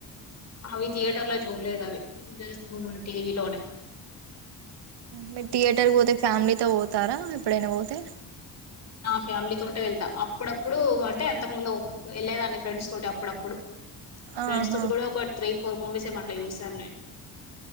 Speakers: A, on the left; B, on the right.
A: అవి థియేటర్ లో చూడలేదు అవి జస్ట్ టీవీలోనే
B: మీరు థియేటర్ పోతే ఫ్యామిలీతో పోతారా ఎప్పుడైనా పోతే
A: నా ఫ్యామిలీ తోటే వెళ్తా అప్పుడప్పుడు అంటే అంతకు ముందు వెళ్ళేదాన్ని ఫ్రెండ్స్ తోటి అప్పుడప్పుడు
B: ఆహా
A: ఫ్రెండ్స్ తోటి కూడా ఒక త్రీ ఫోర్ మూవీస్ ఏమో అట్లా చూసాను నేను